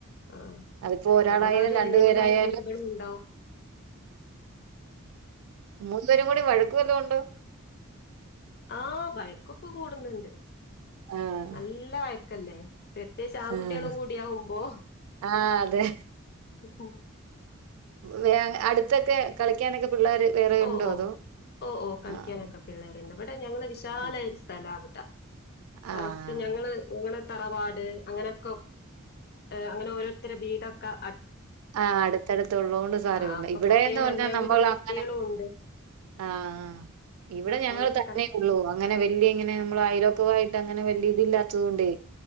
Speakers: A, on the left (about 50°); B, on the right (about 85°).
A: ആ
B: അതിപ്പോ ഒരാളായാലും
A: അഅ്പോലെ ഒരു
B: രണ്ടു
A: വൈകുന്നേരം
B: പേരായാലും
A: വെരുമ്പളുണ്ടാവും
B: മൂന്ന്വെരും കൂടി വഴക്ക് വല്ലോം ഒണ്ടോ?
A: ആ ബയക്കൊക്കെ കൂടുന്നുണ്ട്.
B: ആഹ്
A: നല്ല വയ ക്കല്ലേ പ്രത്യേയിച്ച് ആൺകുട്ട്യേളും
B: ആഹ്
A: കൂടിയാവുമ്പോ
B: ആഹ് അതെ
A: <unintelligible>
B: വേ അട്ത്തൊക്കെ കളിക്കാനൊക്കെ പിള്ളേര് വേറെ
A: ഓ
B: ഉണ്ടോ
A: ഓ
B: അതോ
A: ഓ ഓ കളിക്കാനൊക്കെ
B: ആഹ്
A: പിള്ളേര്ണ്ട് ട്ട് ഞങ്ങള് വിശാലായ
B: ആഹ്
A: ഒരു സ്ഥലാണ് ട്ടാ
B: ആഹ്
A: അട്ത്ത് ഞങ്ങള് ഞങ്ങള് തറവാട് അങ്ങനെയൊക്കെ അങ്ങനെ ഓരോരുത്തടെ വീതൊക്കെ
B: ആഹ് അടുത്തടുത്തു ഉള്ളോണ്ടു സാരമില്ല
A: ആഹ് അപ്പൊ
B: ഇവിടെന്ന്
A: കുട്ടികള്
B: പറഞ്ഞാൽ
A: എല്ലാവരും
B: നമ്മള്
A: കുട്ടികളും
B: ങ്ങനെ
A: ഉണ്ട്.
B: ആഹ് ഇവിടെ
A: അപ്പൊ
B: ഞങ്ങള്
A: അവർക്ക്
B: തന്നെള്ളൂ
A: കളി
B: അങ്ങനെ വല്ല്യ ഇങ്ങനെ നമ്മള് അയലൊ ക്കായിട്ട് അങ്ങനെ വല്ല്യ ഇതില്ലാത്തത് കൊണ്ടേ